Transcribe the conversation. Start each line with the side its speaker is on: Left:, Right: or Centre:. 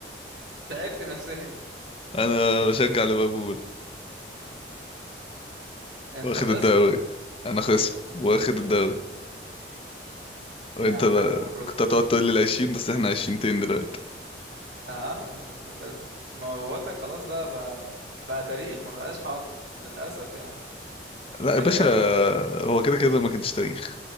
Right: <laughs> تعبت نفسيا
Left: انا بشجع ليفربول
Right: انت
Left: واخد
Right: خصم
Left: الدوري انا خصم واخد الدوري وانت
Right: يا عم
Left: بقى
Right: ألف مبروك
Left: كنت هتقعد تقول لي العشرين بس احنا عشرينتين دلوقتي
Right: اه كنت ب... ما بقول لك خلاص بقى بقى, بقى تاريخ ما بقاش حاضر للأسف يعني
Left: لا
Right: الأجيال
Left: يا باشا هو كده كده ما كانش تاريخ